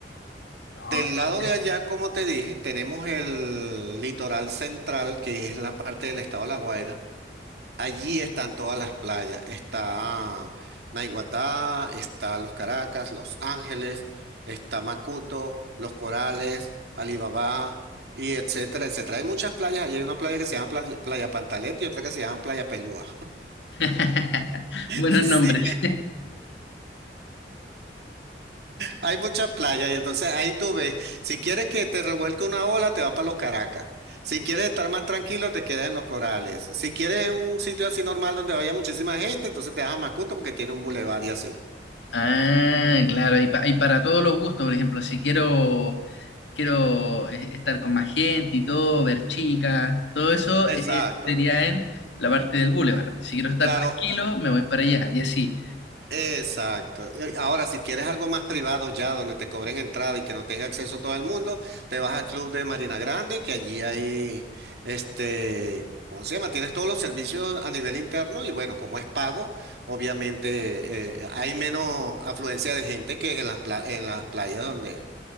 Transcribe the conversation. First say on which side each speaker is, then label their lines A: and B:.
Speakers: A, on the left (about 80°); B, on the right (about 65°).
A: No,
B: Del
A: eso-
B: lado
A: eso.
B: de allá, como te dije, tenemos el litoral central, que es la parte del estado de La Guaira. Allí están todas las playas. Está Naiguatá, está Los Caracas, Los Ángeles, está Macuto, Los Corales, Alibaba, y etcétera, etcétera. Hay muchas playas. Allí hay una playa que se llama Playa, Playa Pantalete y otra que se llama Playa Pelúa.
A: <laughs>
B: <laughs>
A: Buenos
B: Sí.
A: nombres.
B: Hay muchas playas y entonces ahí tú ves, si quieres que te revuelque una ola, te va para los Caracas. Si quieres estar más tranquilo, te quedas en los Corales. Si quieres un sitio así normal donde vaya muchísima gente, entonces te vas a Macuto porque tiene un bulevar y así.
A: Ah, claro, hay, pa- hay para todos los gustos, por ejemplo, si quiero, quiero eh, estar con más gente y todo, ver chicas, todo eso
B: Exacto,
A: eh, sería en la parte del boulevard. Si quiero estar
B: claro,
A: tranquilo, me voy para allá y así.
B: exacto. Y Ahora, si quieres algo más privado ya, donde te cobren entrada y que no tenga acceso todo el mundo, te vas al club de Marina Grande, que allí hay, este, ¿cómo se llama? Tienes todos los servicios a nivel interno y bueno, como es pago, obviamente eh, hay menos afluencia de gente que en las, pla- en las playas donde,